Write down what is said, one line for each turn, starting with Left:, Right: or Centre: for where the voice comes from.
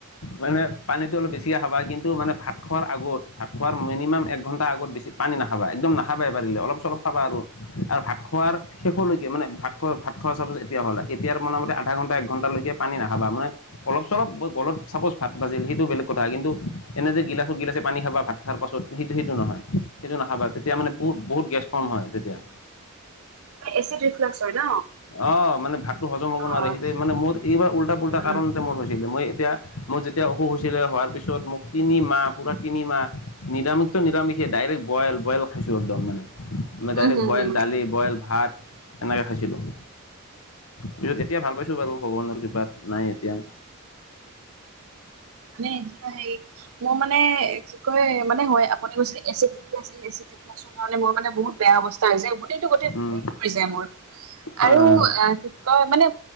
Left: মানে পানীটো অলপ বেছিকে খাবা, কিন্তু মানে ভাত খোৱাৰ আগত। ভাত খোৱাৰ মিনিমাম এক ঘণ্টা আগত বেছি পানী নাখাবা। একদম নাখাবাই পাৰিলে, অলপ-চলপ খাবা আৰু, আৰু ভাত খোৱাৰ শেষলৈকে মানে ভাত খোৱা- ভাত খোৱা চাপছ এতিয়া হ'লে, এতিয়াৰ মোটামুটি আধা ঘণ্টা একঘণ্টালৈকে পানী নাখাবা, মানে অলপ-চলপ ব গলত ছাপ'জ ভাত বাজিল, সেইটো বেলেগ কথা। কিন্তু এনে যে গিলাচে - গিলাচে পানী খাবা ভাত খাৰ পাছত, সেইটো - সেইটো নহয়। সেইটো নাখাবা। তেতিয়া মানে বহুত - বহুত গেছ ফৰ্ম হয় তেতিয়া।
Right: এচিড ৰিফ্লাক্স হয় ন
Left: অ' মানে ভাত টো হজম হ'ব
Right: অ'।
Left: নোৱাৰে। সেইটোৱে মানে মোৰ এইবাৰ উল্টা পুল্টা
Right: উম,
Left: কাৰণতে মোৰ হৈছিল। মই এতিয়া মোৰ যেতিয়া অসুখ হৈছিলে, হোৱাৰ পিছত মোক তিনি মাহ পুৰা তিনি মাহ নিৰামিষ তো নিৰামিষে, ডাইৰেক্ট বইল - বইল খাইছোঁ একদম মানে। মই ডাইৰেক্ট
Right: উম, হম,
Left: বইল
Right: হম
Left: দালি, বইল ভাত, এনেকৈ খাইছিলোঁ। পিছত এতিয়া ভাল পাইছোঁ বাৰু, ভগৱানৰ কৃপাত। নাই এতিয়া।
Right: মানে এতিয়া হেৰি মোৰ মানে কি কয় মানে হয় আপুনি কৈছি এচি ডিতি আছে এচি ডিতি <unintelligible> পইচা কাৰণে মই মানে বহুত- বেয়া অৱস্থা হৈছে গোটেইটো-গোটেই শু
Left: উম
Right: পৰি যায় মোৰ।
Left: হয়
Right: আৰু
Left: হয়
Right: আঁহ- ক' মানে